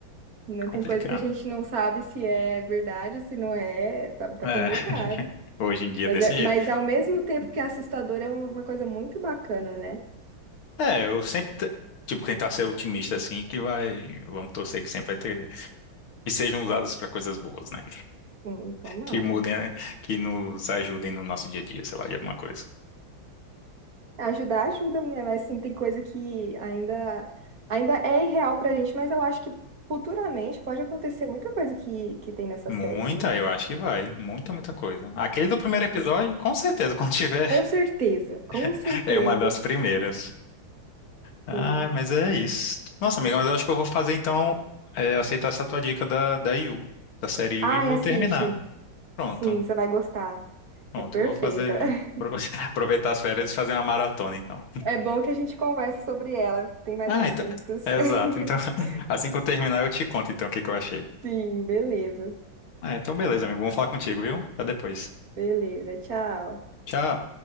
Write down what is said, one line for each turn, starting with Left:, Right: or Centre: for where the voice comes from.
Right: Não
Left: Complicado.
Right: tem coisa que a gente não sabe se é verdade ou se não é, tá, tá
Left: É,
Right: complicado.
Left: <laughs> hoje em dia
Right: Mas,
Left: é desse
Right: é,
Left: jeito.
Right: mas ao mesmo tempo que é assustador, é um- uma coisa muito bacana, né?
Left: É, eu sempre, te- tipo, tentar ser otimista, assim, que vai, vamos torcer que sempre vai ter, que sejam usadas para coisas boas, né?
Right: Sim, tomara.
Left: Que mudem, eh, que nos ajudem no nosso dia a dia, sei lá, de alguma coisa.
Right: Ajudar ajuda, né? Mas assim, tem coisa que ainda, ainda é irreal pra gente, mas eu acho que futuramente pode acontecer muita coisa que, que tem nessa
Left: Muita,
Right: série, viu?
Left: eu acho que vai. Muita, muita coisa. Aquele do primeiro episódio, com certeza, quando tiver,
Right: Com certeza, com
Left: <laughs>
Right: certeza.
Left: é uma das primeiras. Ah,
Right: Sim.
Left: mas é isso. Nossa, amiga, mas eu acho que eu vou fazer, então, eh, aceitar essa tua dica da, da Yu, da série Yu,
Right: Ai,
Left: e vou
Right: assiste.
Left: terminar. Pronto.
Right: Sim, você vai gostar.
Left: Pronto,
Right: É perfeita.
Left: eu vou fazer. pro-
Right: <laughs>
Left: <laughs> Aproveitar as férias e fazer uma maratona, então.
Right: É bom que a gente conversa sobre ela. Tem mais
Left: Ah,
Right: assuntos.
Left: então. Exato.
Right: <laughs>
Left: Então, <laughs> assim que eu terminar, eu te conto, então, o que que eu achei.
Right: Sim, beleza.
Left: Ah, então, beleza, amigo. Vamos falar contigo, viu? Até depois.
Right: Beleza, tchau.
Left: Tchau.